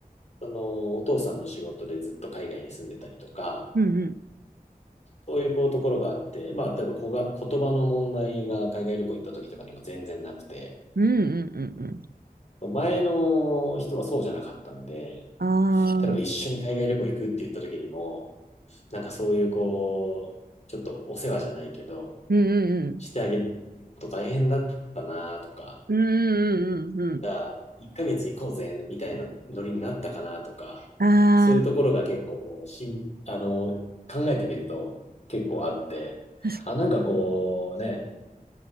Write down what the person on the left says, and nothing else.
そのお父さんの仕事でずっと海外に住んでたりとか、
そういうこうところがあって、まあ、例えばこが言葉の問題が海外旅行行った時とかにも全然なくて、
前の人はそうじゃなかったんで、
例えば一緒に海外旅行行くって言った時にも、
なんかそういうこう、ちょっとお世話じゃないけど、
してあげると大変だったなとか、
じゃあ、1ヶ月行こうぜみたいなノリになったかなとか、
そういうところが結構こう、
しん、あの、考えてみると結構あって、
あ、なんかこうね、